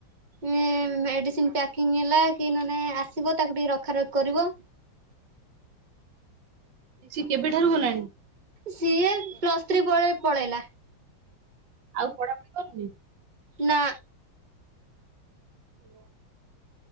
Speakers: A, on the right; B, on the right.
A: ନେ ମେଡିସିନ୍ ପ୍ୟାକିଂ ହେଲା କି ନହେନେ ଆସିବ ତାକୁ ଟିକେ ରଖ ରଖି କରିବ।
B: ସିଏ କେବେଠାରୁ ଗଲାଣି।
A: ସିଏ ପ୍ଲସ୍ ଥ୍ରୀ ପରେ ପଳେଇଲା।
B: ଆଉ ପଡ଼ କରିଚି
A: ନା
B: ହାଲୋ।